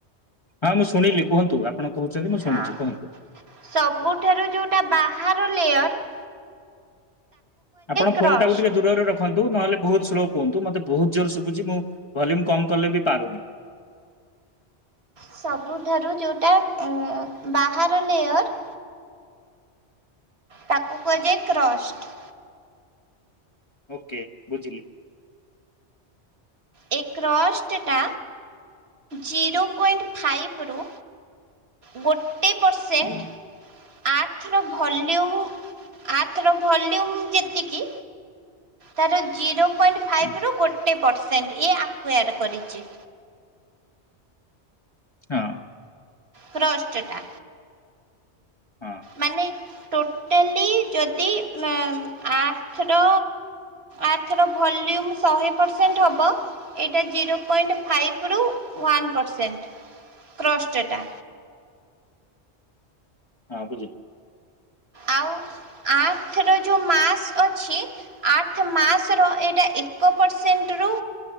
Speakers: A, on the left; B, on the right.
A: ହଁ ମୁଁ ଶୁଣିଲି କୁହନ୍ତୁ ଆପଣ କହୁଛନ୍ତି ମୁଁ
B: ହଁ
A: ଶୁଭୁଚି କୁହନ୍ତୁ।
B: ସବୁଠାରୁ ଯୋଉଟା ବାହାର ଲେୟାର
A: ଆପଣ
B: କ୍ରଷ୍ଟ
A: ଫୋନ୍ ଟାକୁ ଟିକେ ଦୂରରେ ର ଖନ୍ତୁ ନହେଲେ ବହୁତ୍ ସ୍ଲୋ କୁହନ୍ତୁ ମତେ ବହୁତ୍ ଜୋରେ ଶୁଭୁଚି ମୁଁ ଭଲ୍ୟୁମ କମ୍ କଲେବି ପାରୁନି।
B: ସବୁଠାରୁ ଯେଉଁଟା ଏ ବାହାର ଲେୟର୍ ତାକୁ କୁହାଯାଏ କ୍ରଷ୍ଟ
A: ଓକେ ବୁଝିଲି।
B: ଏ କ୍ରଷ୍ଟଟା ଜିରୋ ପଏଣ୍ଟ ଫାଇବ୍ରୁ ଗୋଟେ ପରସେଣ୍ଟ
A: ହୁଁ,
B: ଆର୍ଥର ଭଲ୍ୟୁମ୍ ଆର୍ଥର ଭଲ୍ୟୁମ୍ ଯେତିକି ତାର ଜିରୋ ପଏଣ୍ଟ ଫାଇଭ୍ରୁ
A: ହୁଁ,
B: ଗୋଟେ ପରସେଣ୍ଟ ଇଏ ଆକୁୟଡ଼ କରିଚି।
A: ହଁ।
B: ଫ୍ରଷ୍ଟାଟା
A: ହଁ
B: ମାନେ ଟୋ ଆଟାଲି ଯଦି ମା ଆର୍ଥର ଆର୍ଥର ଭଲ୍ୟୁମ୍ ଶହେ ପରସେଣ୍ଟ ହବ ଏଇଟା ଜିରୋ ପଏଣ୍ଟ ଫାଇଭରୁ ୱାନ୍ ପରସେଣ୍ଟ କ୍ରଷ୍ଟଟା।
A: ହଁ ବୁଝିଲି।
B: ଆଉ ଆର୍ଥର ଯୋଉ ମାସ୍ ଅଛି ଆର୍ଥର ମାସର ଏଇଟା ଏକ ପରସେଣ୍ଟରୁ